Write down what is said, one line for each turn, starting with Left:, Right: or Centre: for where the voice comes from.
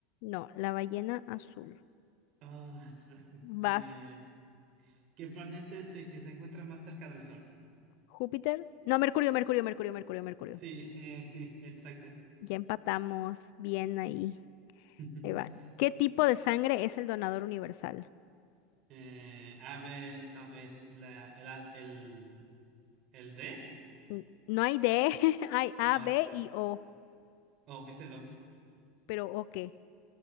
Left: No, la ballena azul.
Right: Ah, es- <laughs> eh,
Left: Vas,
Right: ¿qué planeta es el que se encuentra más cerca del Sol?
Left: Júpiter. No, Mercurio, Mercurio, Mercurio, Mercurio, Mercurio.
Right: Sí, eh, sí, exacto.
Left: Ya empatamos. Bien ahí.
Right: <laughs>
Left: Ahí va. ¿Qué tipo de sangre es el donador universal?
Right: Eh, ave, no, es la, el, a- el, el D.
Left: Mm, No hay D, <laughs> hay A,
Right: Ah,
Left: B
Right: ja.
Left: y O.
Right: oh, es el O.
Left: Pero O qué.